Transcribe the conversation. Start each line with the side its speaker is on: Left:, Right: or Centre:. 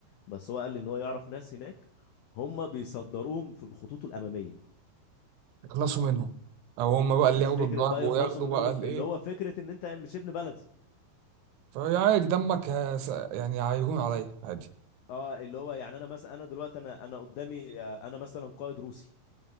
Left: بس هو قال لي ان هو يعرف ناس هناك هم بيصدروهم في الخطوط الاماميه
Right: يخلصوا منهم او هم
Left: م-
Right: بقى اللي
Left: مش
Right: ياخدوا
Left: فكره
Right: الضرب
Left: بقى
Right: وياخدوا
Left: يخلصوا منهم
Right: بقى الايه
Left: اللي هو فكره ان انت مش ابن بلدي
Right: فهي عادي دمك هس... يعني هيهون عليا عادي
Left: اه اللي هو يعني انا مثلا انا دلوقتي انا انا قدامي آه، انا مثلا قائد روسي